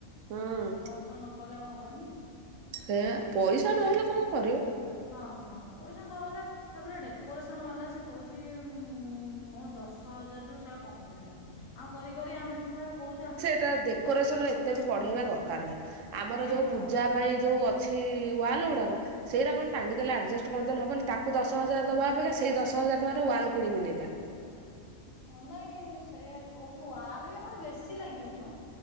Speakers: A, on the right; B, on the left.
A: ହୁଁ
B: କଲ ଫଲ ନକଲେ ଆଉ ହବ ଵନି
A: ସେ ପଇସା ନହେଲେ କଣ କରିବୁ।
B: ହଁ ହଁ ପଇସା ନହେଲେ ତାପରେ ଡେକୋରେସନ୍ ବାଲା ସେ କହୁଛି ମୋ ଦଶ ହଜାରରୁ ସେ ଆଉ କମ କରିବନି ଆଉ କରି କରି ଆମେ ତଥାପି କହୁଚୁ
A: ଟା ଡେକୋରେସନ ଏତେ ବି ବଢେଇବା ଦରକାର ନାହିଁ। ଆମର
B: ନାଇଁ
A: ଯୋଉ
B: ହଁ
A: ପୂଜା
B: ତା
A: ପାଇଁ ଯୋଉ ଅଛି ୱାଲ ଉଡ଼ାକ ସେଇରା କଣ ଟାଙ୍ଗି ଦେଲେ ଆଡ଼଼ଜଷ୍ଟ ତୁ କରିଦେଲେ ହବନି। ତାକୁ ଦଶ ହଜାର ଦବା ଅପେକ୍ଷା ସେଇ ଦଶ ହଜାର ଟଙ୍କାର ୱାଲ କିଣିକି ନେଇଯା।
B: ହଁ ନାଇଁ ସେୟା କହୁଚୁ ୱାଲେ ବି ଆମର ବେଶୀ ଲାଗିବନି ମ।